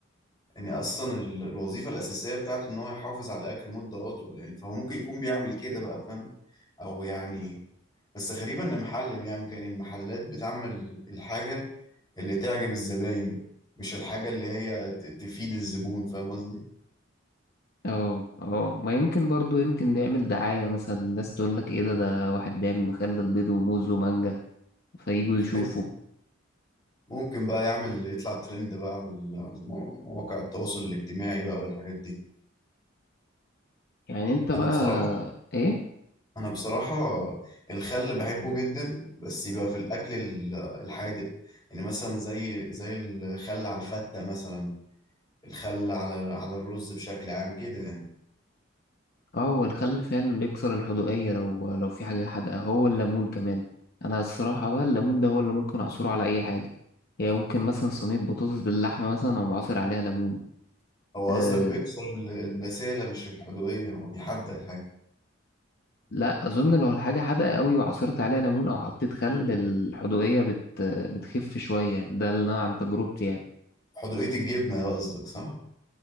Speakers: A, on the left; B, on the left.
A: يعني أصلا ال- الوظيفة الأساسية بتاعته إن هو يحافظ على الأكل مدة أطول يعني فهو ممكن يكون بيعمل كده بقى فاهم أو يعني بس غريبة إن محل بيعمل كده، يعني المحلات بتعمل الحاجة اللي تعجب الزباين مش الحاجة اللي هي ت- تفيد الزبون فاهم قصدي؟
B: اه اه ما يمكن برضو يمكن ده يعمل دعاية مثلا الناس تقول لك ايه ده ده واحد بيعمل مخلل بيض وموز ومانجا فيجوا يشوفوا
A: <laughs> ممكن بقى يعمل يطلع ترند بقى على ال- على المو- مواقع التواصل الاجتماعي بقى والحاجات دي
B: يعني انت بقى
A: أنا بصراحة
B: ايه
A: أنا بصراحة الخل بحبه جدا بس يبقى في الأكل ال- الحادق يعني مثلا زي زي الخل على الفتة مثلا الخل على على الرز بشكل عام كده يعني
B: اه هو الخل فعلا بيكسر الحدوقية لو لو في حاجة حادقة هو الليمون كمان انا الصراحة بقى الليمون ده هو اللي ممكن اعصره على اي حاجة يعني ممكن مثلا صينية بطاطس باللحمة مثلا او عصر عليها ليمون
A: هو
B: أه
A: قصدك بيكسر ال- البسالة مش الحدوقية هو بيحدق الحاجة
B: لا اظن لو الحاجة حادقة قوي وعصرت عليها ليمون او حطيت خل الحدوقية بت بتخف شوية ده اللي انا عن تجربتي يعني
A: حدوقية الجبنة بقى قصدك صح؟